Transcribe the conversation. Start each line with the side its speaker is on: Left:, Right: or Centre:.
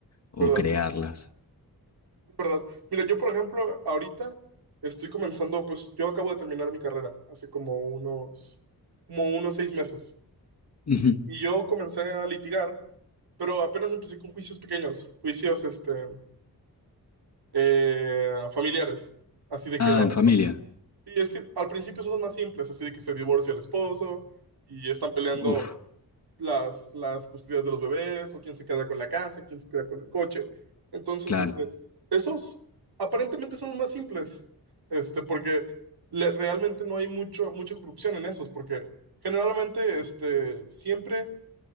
Left: o
Right: ¿verdad?
Left: crearlas.
Right: Es verdad. Mira, yo por ejemplo, ahorita estoy comenzando, pues yo acabo de terminar mi carrera hace como unos, como unos seis meses,
Left: Ujú.
Right: y yo comencé a litigar Pero apenas empecé con juicios pequeños, juicios, este, eh, familiares. Así de
Left: Ah,
Right: que la...
Left: en familia.
Right: Y es que al principio son los más simples, así de que se divorcia el esposo y están peleando
Left: Uf,
Right: las, las custodias de los bebés o quién se queda con la casa, quién se queda con el coche. Entonces,
Left: claro,
Right: este, esos aparentemente son los más simples, este, porque le- realmente no hay mucho, mucha corrupción en esos, porque generalmente, este, siempre